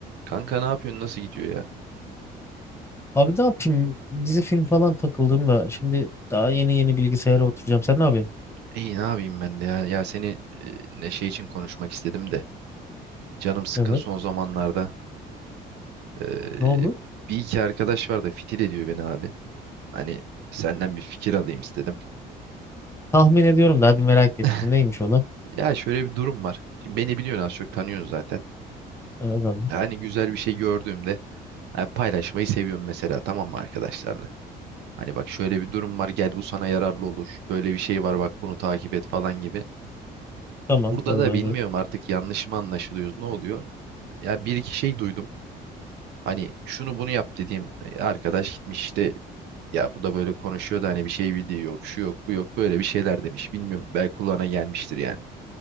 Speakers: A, on the right; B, on the left.
A: Kanka ne yapıyorsun? Nasıl gidiyor ya?
B: Abi ne yapayım? Dizi film falan takıldım da şimdi daha yeni yeni bilgisayara oturacağım. Sen ne yapıyorsun?
A: İyi ne yapayım ben de ya. Ya seni e, Neşe için konuşmak istedim de. Canım sıkkın
B: Evet.
A: son zamanlarda. Ee,
B: Ne oldu?
A: bir iki arkadaş var da fitil ediyor beni abi. Hani senden bir fikir alayım istedim.
B: Tahmin ediyorum da hadi merak ettim.
A: <laughs>
B: Neymiş ola?
A: Ya şöyle bir durum var. Şimdi beni biliyorsun az çok tanıyorsun zaten.
B: Evet.
A: Hani güzel bir şey gördüğümde yani paylaşmayı seviyorum mesela tamam mı arkadaşlarla? Hani bak şöyle bir durum var gel bu sana yararlı olur. Böyle bir şey var bak bunu takip et falan gibi.
B: Tamam
A: Burada
B: doğru
A: da bilmiyorum
B: evet.
A: artık yanlış mı anlaşılıyoruz ne oluyor? ya bir iki şey duydum. Hani şunu bunu yap dediğim e, arkadaş gitmiş işte ya bu da böyle konuşuyor da hani bir şey bildiği yok, şu yok, bu yok böyle bir şeyler demiş. Bilmiyorum belki kulağına gelmiştir yani.